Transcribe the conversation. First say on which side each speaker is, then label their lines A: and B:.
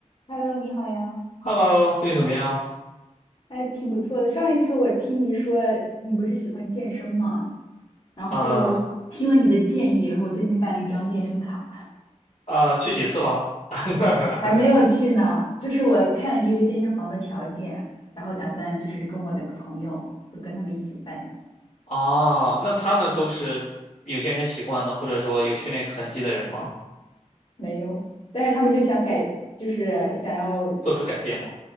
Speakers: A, on the left (about 60°); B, on the left (about 80°).
A: Hello，你好呀，
B: Hello，最近怎么样？
A: 哎，挺不错的。上一次我听你说你不是喜欢健身吗？然后听了你的建议，
B: 呃
A: 然后我最近办了一张健身卡，
B: 呃，去几次了？<laughs>
A: 还没有去呢。就是我看了这个健身房的条件，然后打算就是跟我的个朋友，就跟他们一起办。
B: 啊，那他们都是有健身习惯呢，或者说有训练痕迹的人吗？
A: 没有，但是他们就想改，就是想要，
B: 做出改变吗？